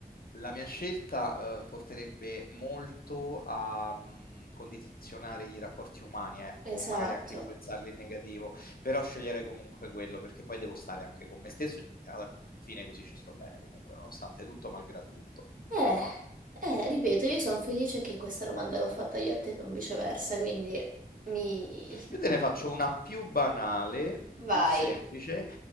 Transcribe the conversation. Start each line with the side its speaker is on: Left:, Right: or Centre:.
Left: La mia scelta, eh, porterebbe molto a, mhmm, condizionare i rapporti umani, ecco,
Right: Esatto.
Left: magari anche influenzarli in negativo, però sceglierei comunque quello, perché poi devo stare anche con me stesso e alla fine così ci sto bene comunque, nonostante tutto, malgrado tutto.
Right: Eh, eh, ripeto, io sono felice che questa domanda l'ho fatta io a te, non viceversa, quindi mi...
Left: Io te ne faccio una più banale,
Right: <laughs>
Left: più
Right: Vai.
Left: semplice,